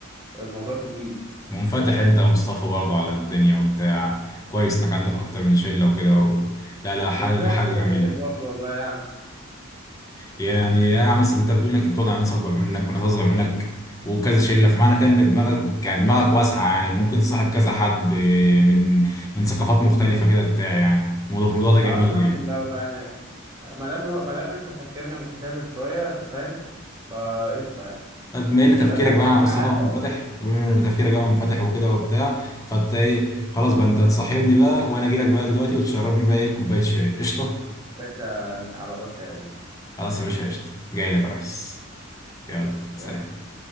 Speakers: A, on the right; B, on the left.
A: الموضوع كبير
B: منفتح انت يا مصطفى برضه على الدنيا وبتاع كويس انك عندك اكتر من شله وكده و... لا لا حاجه
A: مش زي
B: حاجه
A: ما أنت
B: جميله
A: فاكر برضه والله يعني
B: يعني يا عم مثلا انت بتقول انك بتقعد على ناس اكبر منك وناس اصغر منك وكذا شله فمعنى كده ان دماغك يعني دماغك واسعه يعني ممكن تصاحب كذا حد من من ثقافات مختلفه كده بتاع يعني الموضوع الموضوع ده جميل
A: أه الحمد
B: يعني
A: لله والله يعني ما دام هو- ما دام إحنا تفكيرنا متشابه شوية أنت فاهم فقشطة يعني
B: بما ان تفكيرك
A: ما دام برتاح
B: بقى مع
A: معاه
B: مصطفى منفتح
A: خلاص
B: بما ان تفكيرك بقى منفتح وكده وبتاع فانت ايه خلاص بقى انت تصاحبني بقى وانا اجي لك بقى دلوقتي وتشربني بقى ايه كوبايه شاي قشطه
A: يا باشا أنت على راسي يا باشا
B: خلاص يا باشا قشطه جاي لك يا ريس يلا سلام
A: يلا